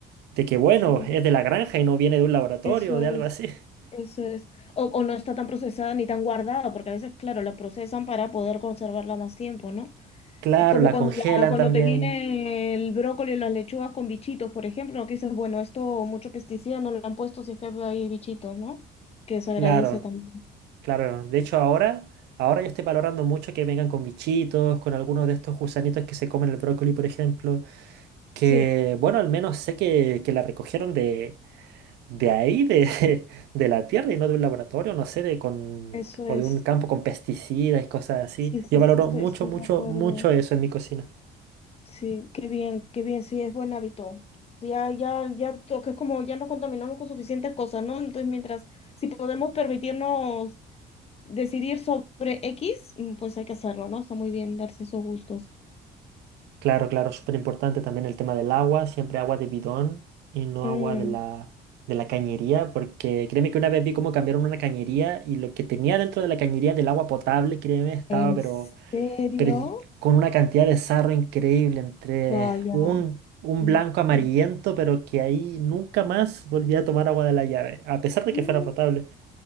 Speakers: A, on the right (about 80°); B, on the left (about 35°).
A: de que, bueno,
B: sí,
A: es de la granja y no viene de un laboratorio
B: eso
A: o
B: es,
A: de algo así. <laughs>
B: eso es. O, o no está tan procesada ni tan guardada, porque a veces, claro, la procesan para poder conservarla más tiempo, ¿no?
A: Claro,
B: Como
A: la
B: cuando,
A: congelan
B: la- cuando
A: también.
B: te viene el brócoli y las lechugas con bichitos, por ejemplo, ¿no? que dices, bueno, esto mucho pesticida no lo han puesto si es que hay bichitos, ¿no? Que se
A: Claro,
B: agradece también.
A: Claro, de hecho ahora, ahora yo estoy valorando mucho que vengan con bichitos, con algunos de estos gusanitos que se comen el brócoli, por ejemplo, que
B: Sí,
A: bueno, al menos sé que, que la recogieron de, de ahí, de, <laughs> de la tierra y no de un laboratorio, no sé, de con,
B: eso
A: o
B: es.
A: de un campo con pesticidas y cosas así.
B: Sí, sí,
A: Yo
B: sí,
A: valoro
B: estoy,
A: mucho,
B: estoy
A: mucho,
B: de acuerdo.
A: mucho eso en mi cocina.
B: Sí, qué bien, qué bien, sí, es buen hábito. Ya, ya, ya, to- que es como ya no contaminamos con suficientes cosas, ¿no? Entonces, mientras, si podemos permitirnos decidir sobre X, mm, pues hay que hacerlo, ¿no? Está muy bien darse esos gustos.
A: Claro, claro, súper importante también el tema del agua, siempre agua de bidón y no
B: Mm.
A: agua de la, de la cañería, porque créeme que una vez vi cómo cambiaron una cañería y lo que tenía dentro de la cañería del agua potable, créeme, estaba
B: ¿En
A: pero,
B: serio?
A: pero y- con una cantidad de sarro increíble, entre
B: Vaya.
A: un, un
B: Sí,
A: blanco amarillento,
B: sí.
A: pero que ahí nunca más volví a tomar agua de la llave, a pesar de que
B: Mm,
A: fuera potable.